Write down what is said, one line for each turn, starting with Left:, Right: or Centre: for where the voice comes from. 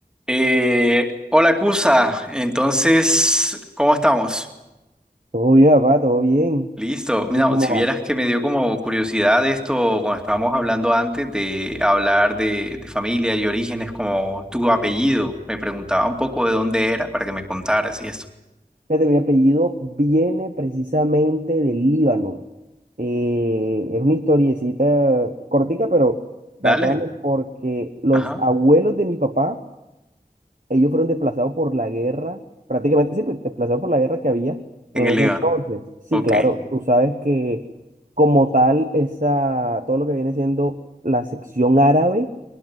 Centre: Eh, hola Cusa, entonces, ¿cómo estamos?
Right: Todo bien, papá, todo bien.
Centre: Listo. Mira,
Right: ¿Y tú cómo
Centre: si vieras
Right: vas?
Centre: que me dio como curiosidad esto cuando estábamos hablando antes de hablar de, de familia y orígenes, como tu apellido, me preguntaba un poco de dónde era para que me contaras y esto.
Right: Fíjate, mi apellido viene precisamente del Líbano. Eh, es una historiecita cortica, pero bacana,
Centre: Dale.
Right: porque los
Centre: Ajá.
Right: abuelos de mi papá, ellos fueron desplazados por la guerra, prácticamente sí, pues, desplazados por la guerra que había
Centre: En
Right: en
Centre: el
Right: ese
Centre: Líbano.
Right: entonces. Sí,
Centre: Ok.
Right: claro, tú sabes que como tal, esa, todo lo que viene siendo la sección árabe.